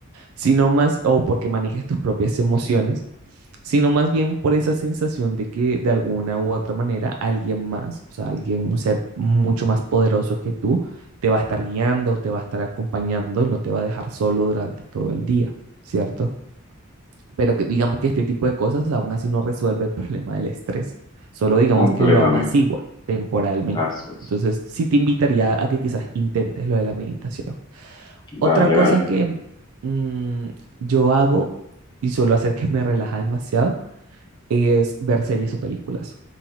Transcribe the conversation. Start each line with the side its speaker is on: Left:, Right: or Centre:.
Right: sino más, o porque manejes tus propias emociones, sino más bien por esa sensación de que de alguna u otra manera alguien más, o sea, alguien, un ser mucho más poderoso que tú, te va a estar guiando, te va a estar acompañando y no te va a dejar solo durante todo el día, ¿cierto? Pero que, digamos que este tipo de cosas aún así no resuelve el problema del estrés, solo digamos
Left: Completamente.
Right: que lo apacigua temporalmente.
Left: Así es.
Right: Entonces, sí te invitaría a que quizás intentes lo de la meditación. Otra
Left: Dale,
Right: cosa
Left: dale.
Right: que mm, yo hago y suelo hacer que me relaja demasiado es ver series o películas.